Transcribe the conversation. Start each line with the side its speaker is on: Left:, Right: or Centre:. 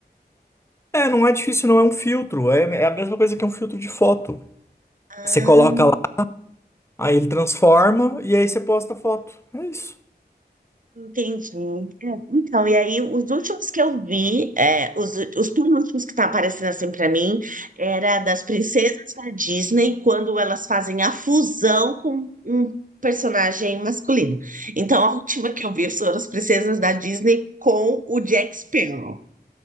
Left: É, não é difícil, não é um filtro. É, é a mesma coisa que um filtro de foto.
Right: Ah,
Left: Você coloca lá, aí ele transforma e aí você posta a foto. É isso.
Right: entendi. É, Então, e aí, os últimos que eu vi, é, os, os penúltimos que tá aparecendo assim pra mim, era das princesas da Disney, quando elas fazem a fusão com um personagem masculino. Então, a última que eu vi foram as princesas da Disney com o Jack Sparrow.